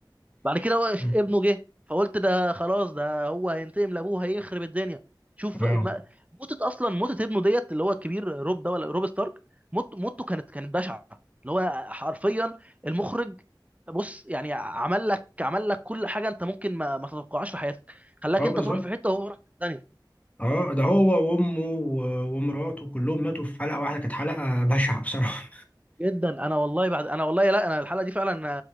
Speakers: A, on the right; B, on the left.
A: بعد كده هو ش-
B: <laughs>
A: ابنه جه فقلت ده خلاص ده هو هينتقم لابوه هيخرب الدنيا شوف
B: اه
A: ما موتة اصلا موتة ابنه ديت اللي هو الكبير روب ده ولا روب ستارك موت موته كانت كانت بشعة اللي هو حرفيا المخرج بص يعني عمل لك عمل لك كل حاجة انت ممكن ما, ما تتوقعهاش في حياتك خلاك
B: اه
A: انت
B: بالظبط
A: تروح في حتة وهو راح في ثانية
B: اه ده هو وامه و- ومراته كلهم ماتوا في حلقه واحده كانت حلقه بشعه بصراحه
A: جدا انا والله بعد انا والله لا انا الحلقة دي فعلا